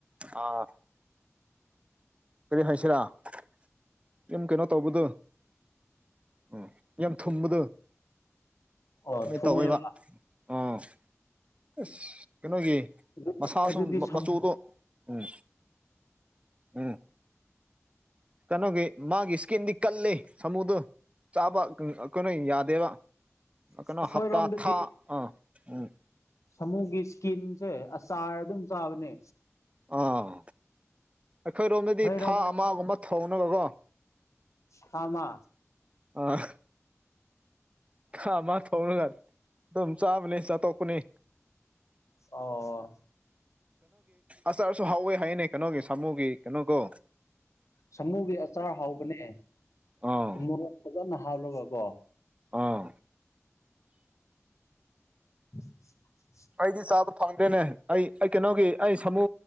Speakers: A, on the right (about 25°); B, on the left (about 75°).
A: ꯑꯥ ꯀꯔꯤ ꯍꯥꯏꯁꯤꯔꯥ ꯑꯗꯨꯨꯝ ꯀꯩꯅꯣ ꯇꯧꯕꯗꯨ ꯎꯝ ꯌꯥꯝ ꯊꯨꯝꯕꯗꯣ
B: ꯑꯣ
A: ꯃꯤ
B: ꯊꯨꯝꯃꯦꯕ
A: ꯇꯧꯋꯦꯕ ꯑꯥ ꯑꯁ ꯀꯩꯅꯣꯒꯤ
B: ꯑꯗꯨꯗꯤ
A: ꯃꯁꯥꯁꯨ
B: ꯑꯗꯨꯗꯤ ꯁꯃꯨ
A: ꯃꯆꯨꯗꯣ ꯎꯝ ꯎꯝ ꯀꯩꯅꯣꯒꯤ ꯃꯥꯒꯤ ꯏꯁꯀꯤꯟꯗꯤ ꯀꯜꯂꯤ ꯁꯥꯃꯨꯗꯨ ꯆꯥꯕ ꯀꯟꯅꯦ ꯌꯥꯗꯦꯕ ꯀꯩꯅꯣ
B: ꯑꯩꯈꯣꯏꯔꯣꯝꯗꯗꯤ
A: ꯍꯞꯇꯥ ꯊꯥ ꯑꯥ ꯎꯝ
B: ꯁꯥꯃꯨꯒꯤ ꯏ꯭ꯁꯀꯤꯟꯁꯦ ꯑꯆꯥꯔ ꯑꯗꯨꯝ ꯆꯥꯕꯅꯦ
A: ꯑꯥ ꯑꯩꯈꯣꯏꯔꯣꯝꯗꯗꯤ
B: ꯅꯣꯏꯔꯣꯝꯗ
A: ꯊꯥ ꯑꯃꯒꯨꯝꯕ ꯊꯣꯡꯅꯕꯀꯣ
B: ꯁꯥꯃꯥ
A: ꯑ ꯈꯥ ꯑꯃ ꯊꯧꯔꯒ ꯑꯗꯨꯝ ꯆꯥꯕꯅꯤ ꯆꯥꯊꯣꯛꯄꯅꯤ
B: ꯑꯣ
A: ꯑꯆꯥꯥꯔꯁꯨ ꯍꯥꯎꯋꯦ ꯍꯥꯏꯅꯦ ꯀꯩꯅꯣꯒꯤ ꯁꯥꯃꯨꯒꯤ ꯀꯩꯅꯣꯀꯣ
B: ꯁꯥꯃꯨꯒꯤ ꯑꯆꯥꯔ ꯍꯥꯎꯕꯅꯦ
A: ꯑꯥ
B: ꯃꯣꯔꯣꯛ ꯐꯖꯟꯅ ꯍꯥꯞꯂꯒꯀꯣ
A: ꯑꯥ
B: <inaudible>
A: ꯑꯩꯗꯤ ꯆꯥꯕ ꯐꯪꯗ꯭ꯔꯦꯅꯦ ꯑꯩ ꯑꯩ ꯀꯩꯅꯣꯒꯤ ꯑꯩ ꯁꯥꯃꯨ